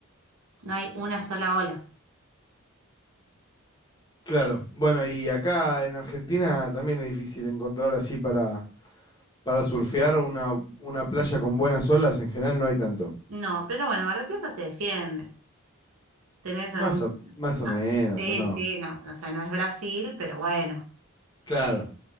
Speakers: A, on the right; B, on the left.
A: no hay una sola ola.
B: Claro. Bueno, y acá en Argentina también es difícil encontrar así para, para surfear una, una playa con buenas olas, en general no hay tanto.
A: No, pero bueno, Mar del Plata se defiende. ¿Tenés
B: Más
A: algún...?
B: o, más
A: no,
B: o menos,
A: sí,
B: ¿o no?
A: sí, no, o sea, no es Brasil, pero bueno.
B: Claro.